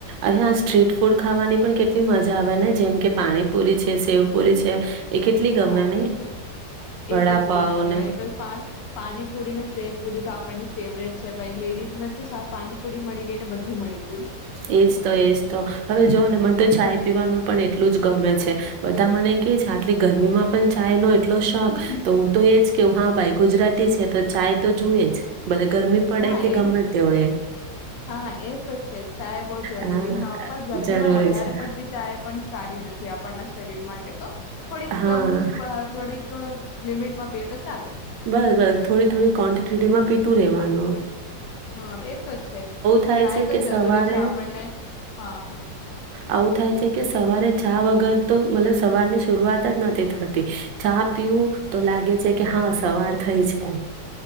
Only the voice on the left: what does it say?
હ
એ તો બહુજ ગમે
એ તો પા પાણીપુરી ને શેવ પુરી તો આપણની ફેવરેટ. છે ભાઈ લેડીઝ તો સા પાણીપુડી મળી ગઈ ને બધું મળી. ગયું
હા
હા
એ
હા એ ચાય બઉ જરૂરી
હા પણ ગરમીમાં
વધારે
પડતી ચાય પણ સારી નથી આપના શરીર માટે તો થોડીક
કમ પ થોડીક લિમિટમાં પીએ તો ચાલે.
હા એ તો છે જ તો
ચાય
તો
જરૂરી
છે આપણને હા.